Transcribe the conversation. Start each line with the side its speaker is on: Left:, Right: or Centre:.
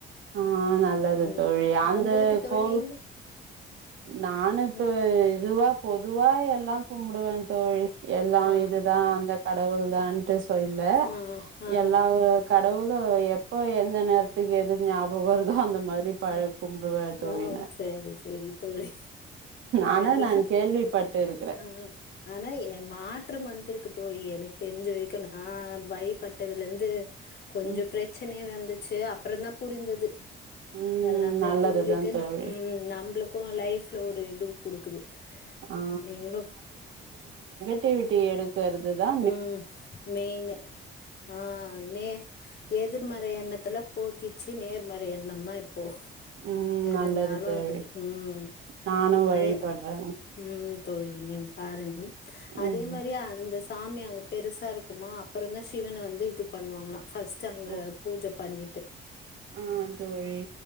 Right: ஆ நல்லது
Left: ம்
Right: தோழி அந்த
Left: உங்களுக்கு தோழி
Right: கோவி
Left: நீங்க
Right: நானு இப்ப
Left: நீ
Right: இதுவா பொதுவா எல்லா கும்பிடுவே தோழி எல்லா
Left: ஆ
Right: இதுதா அந்த கடவுள் தான்ட்டு ஸ் ப்போ இல்ல
Left: ஆ ஆ
Right: எல்லா கடவுளு எப்போ எந்த நேரத்துக்கு எது ஞாபகோ வர்தோ அந்த மாரி பழ
Left: ஆ
Right: கும்பிடுவே
Left: நா
Right: தோழி
Left: வந் சரி சரி தோழி
Right: ஆனா
Left: எல்லா
Right: நான் கேள்விப்பட்டு இருக்கிறே
Left: அ அ ஆனா எ மாற்றம் வந்திருக்கு தோழி எனக்கு தெரிஞ்சு வரைக்கு நா வழிப்பட்டதுல இருந்து கொஞ்சோ
Right: ம்
Left: பிரச்சனைய வந்துச்சு அப்ரோ தா புரிஞ்சுது
Right: ம்
Left: எல்லாமே
Right: நல்லதுதா
Left: புரிஞ்சுட்டு
Right: தோழி
Left: ம் நம்மளுக்கு லைஃப்ல ஒரு இது குடுக்குது
Right: ஆ
Left: நீங்களு
Right: டிவிட்டி எடு கருதுதா
Left: ம் மெயின்னு ஆ நே ஏதிர் மர் ர எண்ணத்துல போக்கிச்சு நேர்மறை எண்ண தா இப்போ
Right: ம்
Left: எது
Right: நல்லது
Left: இருந்தாலு
Right: தோழி
Left: அது ம்
Right: நானு வழிபடுறேங்க
Left: அதே தா ம் தோழி நீங்க பாருங்க அதே
Right: ம்
Left: மாரிய அந்த ஸ் சாமி அங்க பெருசா இருக்குமா அப்புறம் தான் சிவன வந்து இது பண்ணுவாங்களாம் ஃபர்ஸ்ட் ஃபர்ஸ்ட்டு அங்க
Right: ம்
Left: பூஜை பண்ணிட்டு
Right: ஆ தோழி